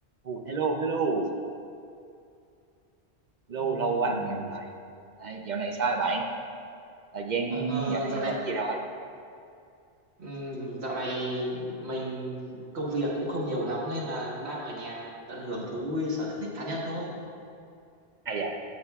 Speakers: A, on the right; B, on the right.
A: Oh, hello, hello, lâu
B: Ừm.
A: lâu quá mới gặp lại. À, dạo này sao rồi bạn? Thời gian
B: Ờ,
A: dạo này
B: dạo
A: làm
B: này
A: gì rồi?
B: ừm, dạo này mình công việc cũng không nhiều lắm nên là đang ở nhà tận hưởng thú vui sở thích cá nhân thôi.
A: À dạ,